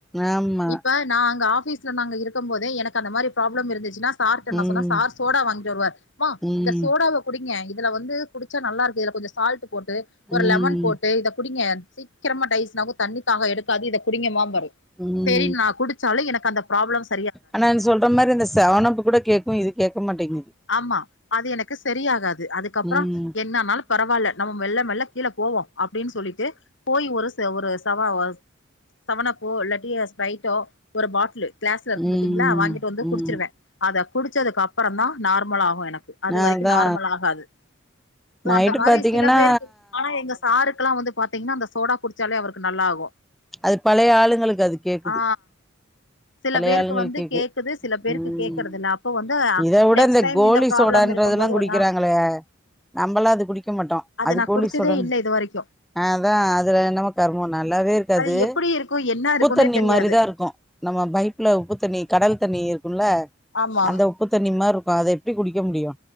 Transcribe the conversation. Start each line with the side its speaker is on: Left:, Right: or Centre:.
Centre: ஆமா
Left: இப்ப நா அங்க ஆபீஸ்ல நாங்க இருக்கு போதே. எனக்கு அந்த மாரி ப்ராப்ளம் இருந்துச்சினா சார்ட்ட நா
Centre: ம்
Left: சொன்ன சார் சோடா வாங்கி டுருவ மா
Centre: ம்
Left: இந்த சோடாவ குடிங்க இதுல வந்து குடிச்சா நல்லா இருக்கு இதுல கொஞ்சோ சால்ட் போட்டு ஒரு
Centre: ம்
Left: லெமன் போட்டு இத குடிங்க சீக்கிரமா டைஸ்னாவு தண்ணி தாக எடுக்காது இத குடிங்க மா ம் பாரு
Centre: ம்
Left: செரி நா குடிச்சாலு எனக்கு அந்த ப்ராப்ளம்ஸ்
Centre: ஆனா நீ சொல்ற மாரி இந்த செவனப்பு கூட கே்கு இது கேக்க மாட்டிங்கிது
Left: ஆமா அது எனக்கு செரியாகாது அதுக்கப்றோ
Centre: ம்
Left: என்னனாலு பரவால நம்ம மெல்ல மெல்ல கீழ போவோ அப்டின் சொல்லிட்டு போய் ஒரு ச ஒரு சவா செவனப்போ இல்லாட்டி ஸ்பரைட்டோ ஒரு பாட்லு கிளாஸ்ல இருக்கு
Centre: ம்
Left: பாத்தீங்ளா வாங்கிட்டு வந்து
Centre: ம்
Left: குடிச்சிருவே அத குடிச்சதுக்கு அப்றோ தா நார்மல் ஆகு எனக் அது
Centre: அதா
Left: வரைக்கு நார்மல் ஆகாது சோ
Centre: நைட்டு
Left: அந்த மாரி
Centre: பாத்தீங்கன்னா
Left: சில பேருக்கு ஆனா எங்க சாருக்கல்லா வந்து பாத்தீங்னா அந்த சோடா குடிச்சாலே அவருக்கு நல்லா ஆகு
Centre: அது பழய ஆளுங்களுக்கு அது கேக்குது
Left: ஆ சில
Centre: பழையாளுங்கள்
Left: பேருக்கு வந்து
Centre: கேக்கு
Left: கேக்குது சில பேருக்கு
Centre: ம்
Left: கேக்குறதில்ல அப்ப வந்து
Centre: இத வுட
Left: நெக்ஸ்ட்
Centre: இந்த
Left: டைம்
Centre: கோலி
Left: ப்ராப்ளம்
Centre: சோடன்றதெல்லா
Left: இருக்கும் போது
Centre: குடி க்கிறாங்களே
Left: நா
Centre: நம்பல்லா அது குடிக்க மாட்டோ அது
Left: நா
Centre: போலீஸ்
Left: குடிச்சதே
Centre: உடன்
Left: இல்ல இது வரைக்கு
Centre: ஆ அதா அதுல என்னமோ கருமோ நல்லாவே இருக்காது
Left: அது எப்டி இருக்கு என்ன
Centre: உப்புத்
Left: இருக்குன்னே
Centre: தண்ணி
Left: தெரியாது
Centre: மாரிதா இருக்கு நம்ம பைப்புல உப்பு தண்ணி கடல் தண்ணி இருக்குல்ல
Left: ஆமா
Centre: அந்த உப்பு தண்ணிமார் இருக்கு அத எப்டி குடிக்க முடியு